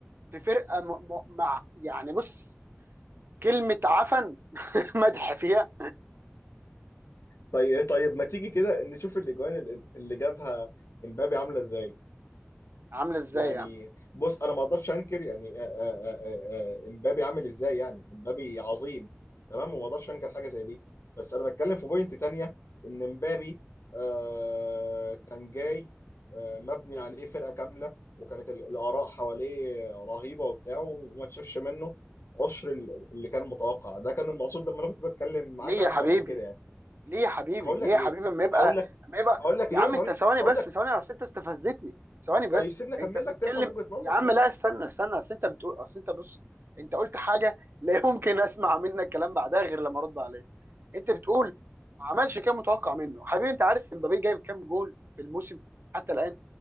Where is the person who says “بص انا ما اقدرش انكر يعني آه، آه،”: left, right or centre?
Left